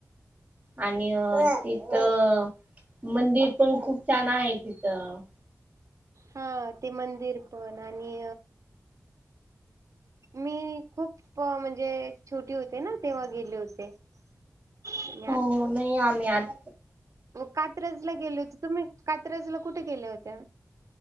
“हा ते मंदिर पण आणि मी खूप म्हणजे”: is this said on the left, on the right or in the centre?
Right